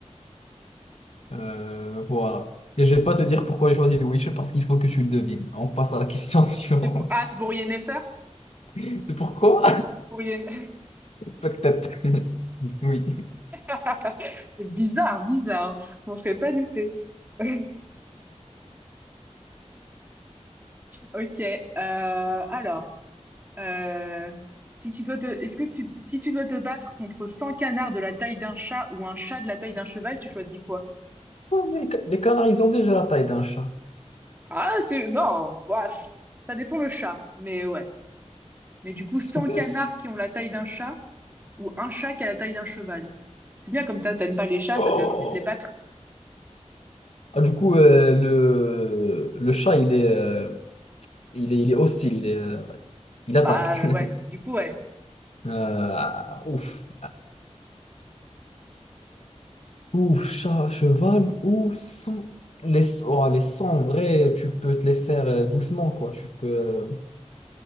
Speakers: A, on the left; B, on the right.
A: Euh, voilà. Et je vais pas te dire pourquoi j'ai choisi The Witcher parce qu'il faut que tu le devines. On passe à la question <laughs> suivante.
B: C'est pour... Ah, c'est pour Yennefer?
A: C'est pourquoi?
B: Pour Yen...
A: Peut-être. <laughs> Oui.
B: <laughs> C'est bizarre, bizarre. hein. On serait pas douté. <laughs> Ok. euh, alors. Euh, si tu dois te, est-ce que tu, si tu dois te battre contre 100 canards de la taille d'un chat ou un chat de la taille d'un cheval, tu choisis quoi?
A: Oh, mais les ca- les canards, ils ont déjà la taille d'un chat.
B: Ah, c'est... Non, bah, pff, Ça dépend le chat, mais ouais. Mais du coup,
A: Sans
B: 100
A: caisse.
B: canards qui ont la taille d'un chat ou un chat qui a la taille d'un cheval. C'est bien comme ça, t'aimes pas les chats,
A: Oh
B: ça te donne envie de les battre.
A: Ah, du coup, euh, le, le chat, il est, euh, il est, il est hostile, il est, euh, il attaque.
B: Bah euh,
A: <laughs>
B: ouais, du coup, ouais.
A: Euh, ouf. Ou chat, cheval, ou sans. Les, oh, les sangs, en vrai, tu peux te les faire euh, doucement, quoi. Tu peux, euh,